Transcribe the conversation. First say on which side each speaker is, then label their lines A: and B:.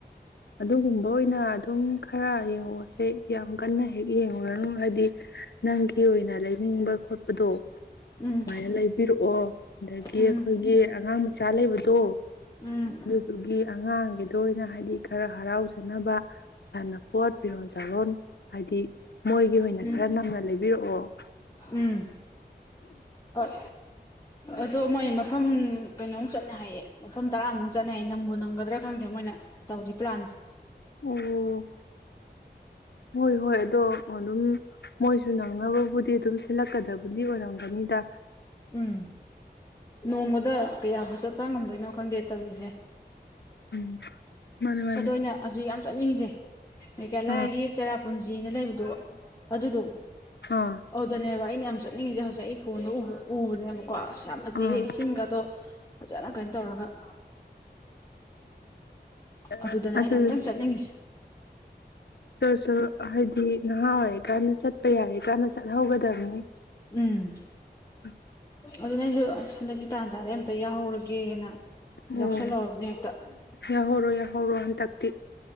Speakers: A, on the left; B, on the left.
A: ꯑꯗꯨꯒꯨꯝꯕ ꯑꯣꯏꯅ ꯑꯗꯨꯝ ꯈꯔ ꯌꯦꯡꯉꯛꯑꯣꯁꯦ ꯌꯥꯝ ꯀꯟꯅ ꯍꯦꯛ ꯌꯦꯡꯉꯨꯔꯅꯨ ꯍꯥꯏꯗꯤ ꯅꯪꯒꯤ ꯑꯣꯏꯅ ꯂꯩꯅꯤꯡꯕ ꯈꯣꯠꯄꯗꯣ
B: ꯎꯝ
A: ꯁꯨꯃꯥꯏꯅ ꯂꯩꯕꯤꯔꯛꯑꯣ ꯑꯗꯒꯤ
B: ꯎꯝ
A: ꯑꯩꯈꯣꯏꯒꯤ ꯑꯉꯥꯡ ꯃꯆꯥ ꯂꯩꯕꯗ
B: ꯎꯝ
A: ꯁꯨ ꯖꯔꯒ ꯑꯉꯥꯡꯒꯤꯗ ꯑꯣꯏꯅ ꯍꯥꯏꯗꯤ ꯈꯔ ꯍꯔꯥꯎꯖꯅꯕ ꯁꯥꯟꯅꯄꯣꯠ ꯐꯤꯔꯣꯟ ꯆꯥꯔꯣꯟ ꯍꯥꯏꯗꯤ ꯃꯣꯏꯒꯤ ꯑꯣꯏꯅ
B: ꯎꯝ
A: ꯈꯔ ꯅꯝꯅ ꯂꯩꯕꯤꯔꯛꯑꯣ
B: ꯎꯝ ꯍꯣꯏ ꯑꯗꯣ ꯃꯣꯏ ꯃꯐꯝ ꯀꯩꯅꯣꯃꯨꯛ ꯆꯠꯅ ꯍꯥꯏꯌꯦ ꯃꯐꯝ ꯇꯔꯥꯃꯨꯛ ꯆꯠꯅ ꯍꯥꯏꯌꯦ ꯅꯪꯕꯨ ꯅꯪꯒꯗ꯭ꯔꯥ ꯈꯪꯗꯦ ꯃꯣꯏꯅ ꯇꯧꯔꯤ ꯄ꯭ꯂꯥꯟꯁꯦ
A: ꯑꯣ ꯍꯣꯏ ꯍꯣꯏ ꯑꯗꯣ ꯑꯗꯨꯝ ꯃꯣꯏꯁꯨ ꯅꯪꯅꯕꯕꯨꯗꯤ ꯑꯗꯨꯝ ꯁꯠꯂꯛꯀꯗꯕꯨꯗꯤ ꯑꯣꯏꯔꯝꯒꯅꯤꯗ
B: ꯎꯝ ꯅꯣꯡꯃꯗ ꯀꯌꯥꯃꯨꯛ ꯆꯠꯄ ꯉꯝꯗꯣꯏꯅꯣ ꯈꯪꯗꯦ ꯇꯧꯔꯤꯁꯦ
A: ꯎꯝ ꯃꯥꯅꯦ ꯃꯥꯅꯦ
B: ꯆꯗꯣꯏꯅ ꯑꯁꯤꯖꯤꯛ ꯌꯥꯝ ꯆꯠꯅꯤꯁꯦ ꯑꯩꯀꯂ
A: ꯑꯥ
B: ꯍꯥꯏꯒ ꯆꯦꯔꯥ ꯄꯨꯟꯖ ꯖꯤꯅ ꯂꯩꯕꯗꯣ ꯑꯗꯨꯗꯣ
A: ꯑꯥ
B: ꯑꯣꯗꯅꯦꯕ ꯑꯩꯅ ꯌꯥꯝ ꯆꯠꯅꯤꯡꯉꯤꯁꯦ ꯍꯧꯖꯤꯛ ꯑꯩ ꯐꯣꯟꯗ ꯎꯕ꯭ꯔ ꯎꯅꯦ ꯀꯣ ꯑꯁ ꯌꯥꯝ ꯐꯖꯩꯌꯦ
A: ꯑꯥ
B: ꯏꯁꯤꯡꯒꯗꯣ ꯐꯖꯅ ꯀꯩꯅ ꯇꯧꯔꯒ <inaudible>
A: ꯑ
B: ꯑꯗꯨꯗꯅꯦ
A: ꯑꯗꯨ
B: ꯑꯩꯅ ꯑꯝꯇꯪ ꯆꯠꯅꯤꯡꯉꯤꯁꯦ
A: ꯑꯣ ꯍꯥꯏꯗꯤ ꯅꯍꯥ ꯑꯣꯏꯔꯤꯀꯥꯟꯗ ꯆꯠꯄ ꯌꯥꯔꯦ ꯀꯥꯟꯗ ꯆꯠꯍꯧꯒꯗꯕꯅꯤ
B: ꯎꯝ
A: ꯎꯝ
B: ꯑꯗꯨꯅ ꯑꯩꯁꯨ ꯑꯁ ꯍꯟꯗꯛꯇꯀꯤ ꯇꯥꯟ ꯆꯥꯗꯦ ꯑꯝꯇ ꯌꯥꯎꯍꯧꯔꯒꯦꯅ
A: ꯑꯣ
B: ꯌꯥꯎꯁꯜꯍꯧꯔꯕꯅꯦ ꯍꯦꯛꯇ
A: ꯌꯥꯍꯧꯔꯣ ꯌꯥꯍꯧꯔꯣ ꯍꯟꯗꯛꯇꯤ